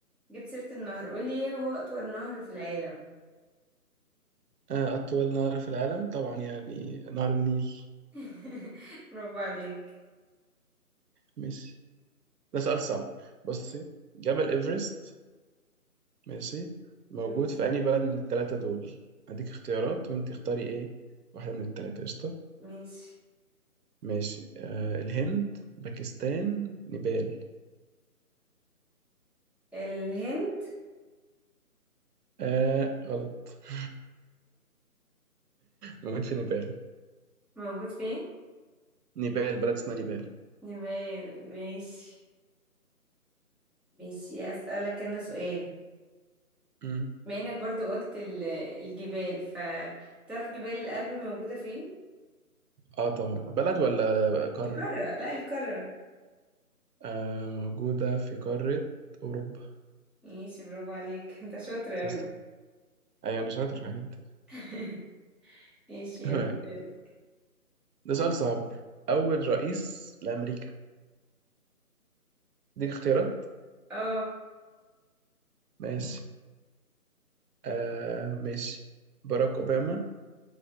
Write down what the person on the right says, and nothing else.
آه، أطول نهر في العالم طبعا يعني نهر النيل
ماشي ده سؤال صعب بصي جبل إيفرست ماشي موجود
في أي بلد من التلاتة دول هديك اختيارات وأنت اختاري إيه واحدة من التلاتة قشطة
ماشي آه الهند باكستان نيبال
آه غلط <laughs> موجود في نيبال
نيبال بلد اسمها نيبال
مم.
اه طبعا بلد ولا قارة
آه موجودة في قارة أوروبا
بس
أيوة أنا شاطر في الحاجات دي.
<laughs> تمام
ده سؤال صعب أول رئيس لأمريكا دي اختيارات
ماشي آه ماشي باراك أوباما